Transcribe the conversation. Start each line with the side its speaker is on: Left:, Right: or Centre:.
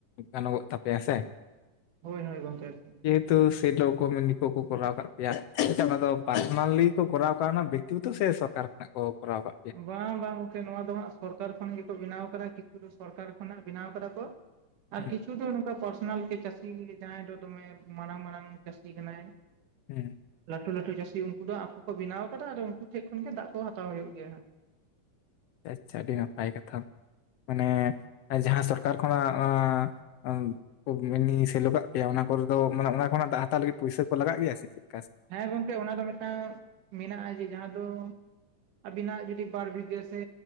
Left: ᱜᱟᱱᱚᱜᱚᱜ ᱛᱟᱯᱮᱭᱟ ᱦ ᱥᱮ?
Right: ᱦᱳᱭ ᱦᱳᱭ ᱜᱚᱢᱠᱮ ᱾
Left: ᱡᱮᱦᱮᱛᱩ ᱥᱮ ᱰᱚᱠᱢᱮᱱ ᱱ ᱠᱚ ᱠᱚ ᱠᱚᱨᱟᱣ ᱠᱟᱜ ᱯᱮᱭᱟ ᱚᱱᱟ ᱫᱚ ᱯᱟᱨᱥᱚᱱᱟᱞᱤ ᱠᱚ ᱠᱚᱨᱟᱣ ᱠᱟᱜ ᱡᱤᱩᱛᱩ ᱥᱮ ᱠᱚᱨᱟᱣ ᱠᱟᱜᱣᱟ᱾
Right: ᱵᱟᱝ ᱵᱟᱝ ᱜᱚᱢᱠᱮ ᱱᱚᱣᱟ ᱫᱚ ᱦᱜ ᱥᱚᱨᱠᱟᱨ ᱠᱷᱚᱱᱟᱜ ᱜᱮᱠᱚ ᱵᱮᱱᱟᱣ ᱟᱠᱟᱫᱟ ᱠᱤᱪᱷᱩ ᱥᱚᱨᱠᱟᱨ ᱠᱷᱚᱱᱟᱜ ᱵᱮᱱᱟᱣ ᱠᱟᱫᱟ ᱠᱚ᱾ ᱟᱨ
Left: ᱦᱩᱸ
Right: ᱠᱤᱪᱷᱩ ᱫᱚ ᱱᱚᱝᱠᱟ ᱯᱟᱨᱥᱚᱱᱟᱞ ᱪᱟᱥ ᱡᱟᱹᱛᱤ ᱡᱟᱦᱟᱸᱭ ᱫᱚ ᱫᱚᱢᱮ ᱢᱟᱨᱟᱝ ᱢᱟᱨᱟᱝ ᱡᱟᱹᱥᱛᱤ ᱠᱟᱱᱟᱭ᱾
Left: ᱦᱩ᱾
Right: ᱞᱴᱩ ᱞᱟᱟᱹᱴᱩ ᱪᱟᱹᱥᱤ ᱩᱱᱠᱩ ᱫᱚ ᱟᱠᱚ ᱠᱚ ᱵᱮᱱᱟᱣ ᱟᱠᱟᱫᱟ ᱟᱨ ᱩᱱᱠᱩ ᱴᱷᱮᱱ ᱠᱷᱚᱱ ᱜᱮ ᱫᱟᱜ ᱠᱚ ᱦᱟᱛᱟᱣ ᱦᱩᱭᱩᱜ ᱜᱮᱭᱟ᱾
Left: ᱟᱪᱷᱟ ᱟᱹᱰᱤ ᱱᱟᱯᱟᱭ ᱠᱟᱛᱷᱟ ᱢᱟᱱᱮ ᱡᱟᱦᱟᱸ ᱥᱚᱨᱠᱟᱨ ᱠᱷᱚᱱᱟᱜ ᱟᱻᱻ ᱮᱻᱢᱤᱱᱤ ᱥᱮᱞᱳ ᱠᱟᱜ ᱯᱮᱭᱟ ᱚᱱᱟ ᱠᱚᱨᱮ ᱫᱚ ᱢᱟᱱᱮ ᱚᱱᱟ ᱠᱷᱚᱱᱟᱜ ᱫᱟᱜ ᱦᱟᱛᱟᱣ ᱞᱟᱹᱜᱤᱫ ᱯᱩᱭᱥᱟᱹ ᱠᱚ ᱞᱟᱜᱟᱜ ᱜᱮᱭᱟ ᱥᱮ ᱪᱮᱫ ᱪᱮᱫ?
Right: ᱦᱮᱸ ᱜᱚᱢᱠᱮ ᱚᱱᱟ ᱫᱚ ᱢᱤᱫᱴᱟᱝ ᱢᱮᱱᱟᱜᱼᱟ ᱡᱮᱻ ᱡᱟᱦᱟᱸ ᱫᱚ ᱟᱵᱤᱱᱟᱜ ᱡᱩᱫᱤ ᱵᱟᱨ ᱵᱤᱜᱷᱟᱹ ᱥᱮ